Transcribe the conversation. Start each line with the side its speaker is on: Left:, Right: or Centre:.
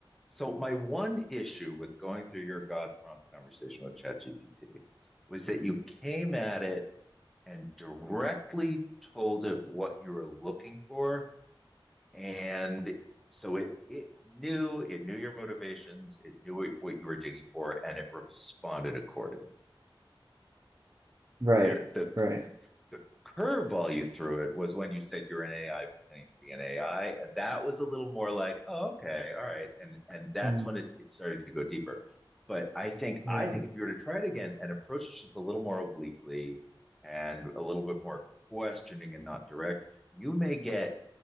Centre: So my one issue with going through your God prompt conversation with ChatGPT was that you came at it and directly told it what you were looking for. And so it it knew it knew your motivations, it knew what, what you were digging for, and it responded accordingly.
Right: Right,
Centre: There the
Right: right.
Centre: the curveball you threw it was when you said you're an AI pretending to be an AI. That was a little more like, oh, okay, all right, and and that's
Right: Mm,
Centre: when it, it started to go deeper. But I think
Right: yeah.
Centre: I think if you were to try it again and approach it just a little more obliquely and a little bit more questioning and not direct, you may get